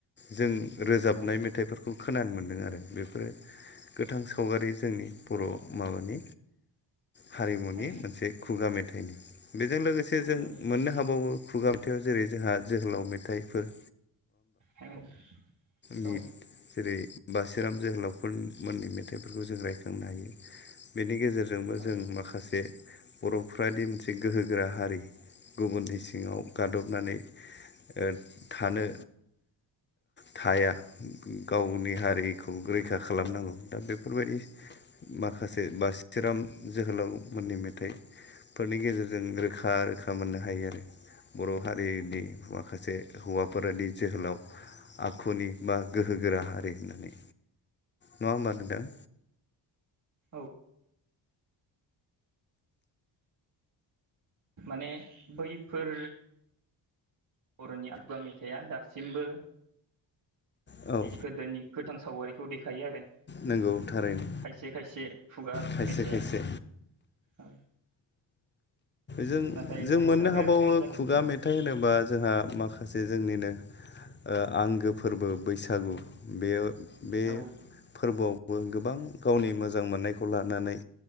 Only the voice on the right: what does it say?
औ
औ
खुगा मेथाइ
औ
औ
औ
औ माने बैफोर बर'नि आगुया मेथाइआ दासिमबो
गोदोनि गोथां सावगारिखौ देखायो आरो।
खायसे खायसे खुगा
मेथाइआ।
औ
नाथाय
बुहुदआनो
खम जालांबाय
औ